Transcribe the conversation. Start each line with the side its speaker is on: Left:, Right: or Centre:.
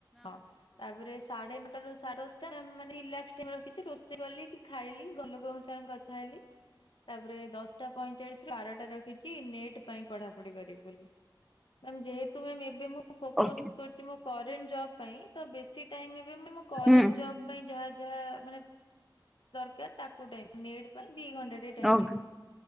Left: ହଁ ତାପରେ ସାଢେ ନଅଟାରୁ ସାଢେ଼ ଦସ୍ ତା ମାନେ ରିଲାକ୍ସ ଟାଇମ୍ ରଖିଛି ରୋଷେଇ କଲି କି ଖାଇଲି ଘର ଲୋକଙ୍କ ସାଙ୍ଗେ କଥା ହେଲି। ତାପରେ ଦଶଟା ପଇଁଚାଳିଶରୁ ବାରଟା ରଖିଛି ନେଟ୍ ପାଇଁ ପଢାପଢି କରିବି ବୋଲି। ମ୍ୟାମ ଯେହେତୁ ମାମ ଏବେ ମୁଁ ମୁଁ ଫୋକସ୍
Centre: ଓକେ
Left: କରୁଛି ମୋ କରେଣ୍ଟ ଜବ୍ ପାଇଁ ତ ବେଶୀ ଟାଇମ୍ ଏବେ ମୁ ମୋ କରେଣ୍ଟ
Centre: ହୁଁ
Left: ଜବ୍ ପାଇଁ ଯାହା ଯାହା ମାନେ ଦରକାର ତାକୁ ଟାଇ ନେଟ ପାଇଁ ଦି ଘଣ୍ଟା ଟେ ଟାଇମ
Centre: ଓକେ
Left: ଦେଇଚି।